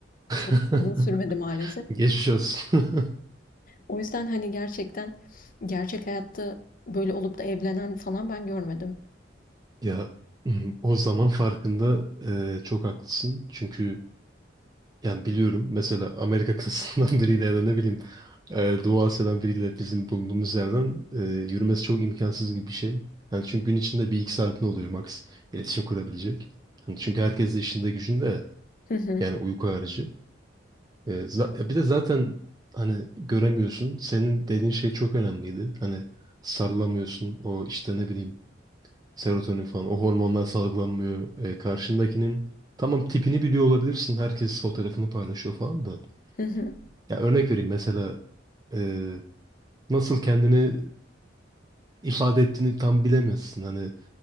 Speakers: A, on the right (about 20°); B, on the left (about 45°).
A: <laughs>
B: Çok uzun sürmedi maalesef.
A: Geçmiş olsun. <laughs>
B: O yüzden hani gerçekten gerçek hayatta böyle olup da evlenen falan ben görmedim.
A: Ya <clears throat> o zaman farkında eee, çok haklısın. Çünkü yani biliyorum mesela Amerika kıtasından <laughs> biriyle ya da ne bileyim eee Doğu Asya'dan biriyle bizim bulunduğumuz yerden eee, yürümesi çok imkansız gibi bir şey. Yani çünkü gün içinde bir iki saatin oluyor max iletişim kurabilecek. Hani çünkü herkes de işinde gücünde ya.
B: Hı hı,
A: yani uyku harici. Eee, za- ya bir de zaten hani göremiyorsun. Senin dediğin şey çok önemliydi. Hani sarılamıyorsun o işte ne bileyim Serotonin falan o hormonlar salgılanmıyor. E, karşındakinin tamam tipini biliyor olabilirsin. Herkes fotoğrafını paylaşıyor falan da.
B: hı hı,
A: Ya örnek vereyim mesela e, nasıl kendini ifade ettiğini tam bilemezsin. Hani